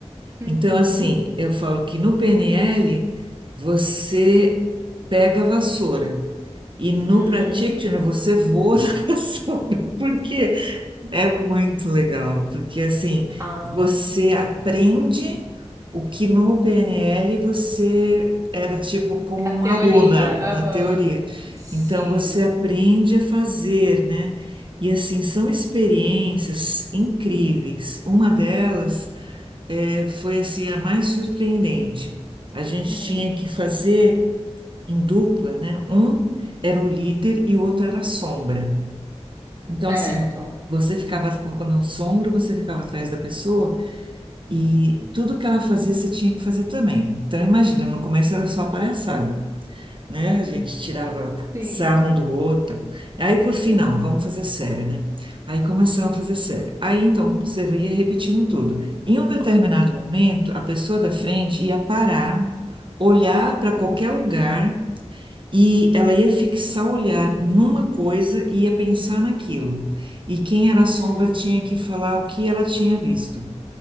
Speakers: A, on the right; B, on the right.
A: Uhum.
B: Então, assim,
A: <laughs>
B: eu falo que no PNL você pega a vassoura e no
A: Hum.
B: Practitioner você voa <laughs> na vassoura, porque é muito legal, porque assim,
A: Ah,
B: você aprende o que no PNL você era tipo como
A: é
B: uma
A: a teoria.
B: aluna
A: Aham.
B: na teoria.
A: Sim.
B: Então, você aprende a fazer, né? E assim, são experiências incríveis. Uma delas é, foi assim a mais surpreendente. A gente
A: Hum.
B: tinha que fazer em dupla, né? Um era o líder e o outro era a sombra. Então,
A: Certo.
B: assim, você ficava, quando o sombra, você ficava atrás da pessoa e tudo que ela fazia, você tinha que fazer também. Então, imagina, no começo era só palhaçada né? A gente tirava
A: Sim.
B: sarro um do outro. Aí, por fim,
A: É.
B: não, vamos fazer sério, né? Aí começamos a fazer sério. Aí, então, você ia repetindo tudo. Em um determinado momento, a pessoa da frente ia parar, olhar para qualquer lugar e ela ia fixar o olhar numa coisa e ia pensar naquilo. E quem era a sombra
A: Hum.
B: tinha que falar o que ela tinha visto.